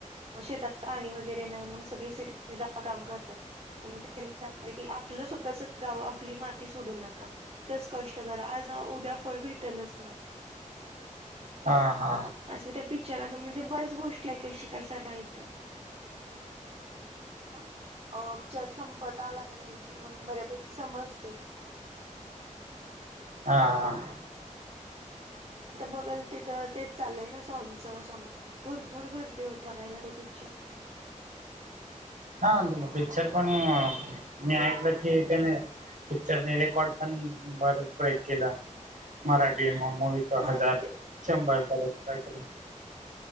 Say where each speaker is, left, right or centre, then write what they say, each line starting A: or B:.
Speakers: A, on the right (about 50°); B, on the right (about 75°).
A: शेतात पाणी वगैरे नाही मग सगळे सिटी जाऊन काम करतात. <unintelligible> आपलं स्वतःच गाव आपली माती सोडू नका, तस कष्ट करा आज उद्या फळ भेटलच ना.
B: हा हा.
A: असं त्या पिकच्चरं म्हणजे बऱ्याच गोष्टी आहेत का शिकयसार आहेत त्या. अ पिक्चर संपत आला का नाही कि मग बऱ्यापैकी समजतय.
B: हा हा.
A: आता बघल तिथं तेच चाललंय ना स्वामींच स्वामी भरपूर गर्दी होत बघायला तो पिक्चर.
B: हा पिक्चर पण मी ऐकलं की त्याने पिक्चर रेकॉर्ड पण बरच <unintelligible> केला मराठी मूवी दो
A: हा
B: हजार,
A: ते
B: शंभर <unintelligible>